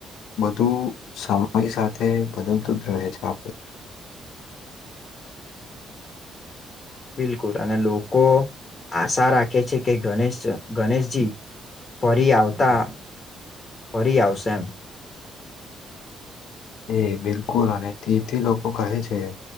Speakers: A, on the left; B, on the left.
A: બધું સમય સાથે બદલતું જ રહે છે આપડે.
B: બિલકુલ અને લોકો આશા રાખે છે કે ગણેશ ગણેશજી ફરી આવતા, ફરી આવશે એમ.
A: એ બિલકુલ અને તીથી લોકો કહે છે